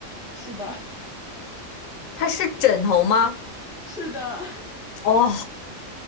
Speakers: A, in the centre; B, on the left.
A: 是的，
B: 它是枕头吗？
A: <laughs> 是的，
B: 哦，